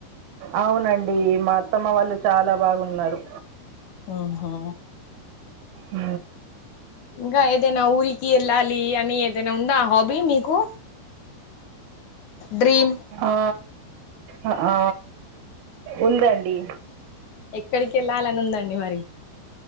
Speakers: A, on the right (about 65°); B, on the left (about 60°).
A: అవునండి మా అత్తమ్మ వాళ్ళు చాలా బాగున్నారు
B: ఊహు
A: ఊ
B: ఇంగా ఏదైనా ఊరికి ఎళ్ళాలి అని ఏదైనా ఉందా ఆ హాబీ మీకు డ్రీమ్
A: ఆ అ ఆ ఉందండి
B: ఎక్కడి కెళ్ళాలనుందండి మరి